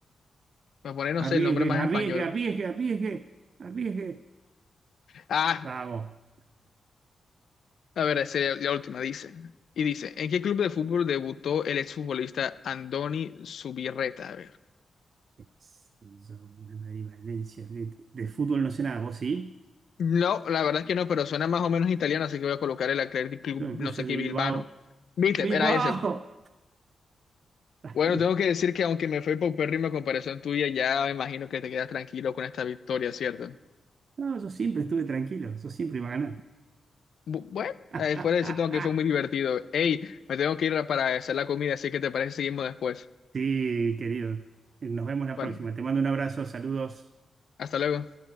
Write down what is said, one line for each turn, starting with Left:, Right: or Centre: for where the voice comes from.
Left: voy a poner, no
Right: Arriesgue,
Left: sé, el nombre más
Right: arriesgue,
Left: español.
Right: arriesgue, arriesgue, arriesgue.
Left: Ah,
Right: Bravo.
Left: a ver, esa es la última, dice. Y dice, ¿en qué club de fútbol debutó el exfutbolista Andoni Zubirreta?
Right: Es- Yo, Real Madrid, Valencia, Atleti. De fútbol no sé nada, ¿vos sí?
Left: No, la verdad es que no, pero suena más o menos italiano, así que voy a colocar el Athletic Club,
Right: Yo le puse
Left: no sé
Right: Bilbao.
Left: qué, Bilbao. Viste,
Right: ¡Bilbao!
Left: era ese.
Right: <laughs>
Left: Bueno, tengo que decir que aunque me fue paupérrimo a comparación tuya, ya me imagino que te quedas tranquilo con esta victoria, ¿cierto?
Right: No, yo siempre estuve tranquilo, yo siempre iba a ganar.
Left: Bu- Bueno,
Right: <laughs>
Left: eh, fuera de eso tengo que fue muy divertido. Ey, me tengo que ir para hacer la comida, así que te parece que seguimos después.
Right: Sí, querido. Nos vemos la
Left: Bueno,
Right: próxima. Te mando un abrazo, saludos.
Left: hasta luego.